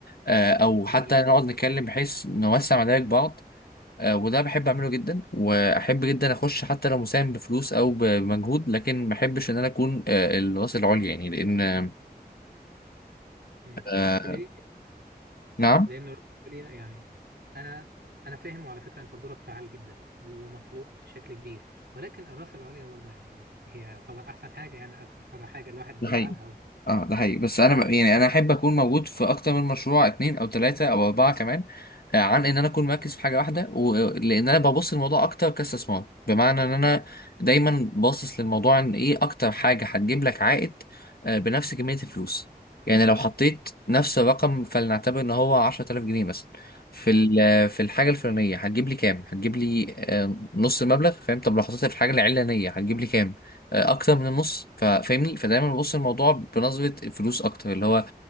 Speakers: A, on the left; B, on the right.
A: آه أو
B: جميل
A: حتى نقعد نتكلم بحيث نوسع مدارك بعض آه، وده بحب
B: جميل.
A: اعمله جدا واحب جدا اخش حتى لو مساهم بفلوس او بمجهود لكن ما احبش ان انا اكون آه، الراس العليا يعني لان
B: مم.
A: آه،
B: بس ليه
A: نعم
B: لان الرأسمالية يعني انا انا فاهم وعلى فكره انت دورك فعال جدا ومطلوب بشكل كبير ولكن الرأس العليا برضه يعني هي يعتبر احسن حاجه يعني اكثر حاجه الواحد بيسعى
A: ده حقيقي
B: لها
A: اه ده حقيقي بس انا ب- يعني انا احب اكون موجود في اكتر من مشروع اتنين او تلاتة او اربعة كمان آه، عن ان انا اكون مركز في حاجة واحدة و... لان انا ببص للموضوع اكتر كاستثمار بمعنى ان انا دايما باصص للموضوع ان ايه اكتر حاجة هتجيب لك عائد آه، بنفس كمية الفلوس يعني لو حطيت نفس الرقم فلنعتبر ان هو 10000 جنيه مثلا في
B: مثلا
A: ال- في الحاجة الفلانية هتجيب لي كام؟ هتجيب لي آه، نص المبلغ فاهم؟ طب لو حطيتها في الحاجة العلانية هتجيب لي كام؟ آه، اكتر من النص ف- فاهمني فدايما ببص الموضوع بنظره الفلوس اكتر اللي هو آه،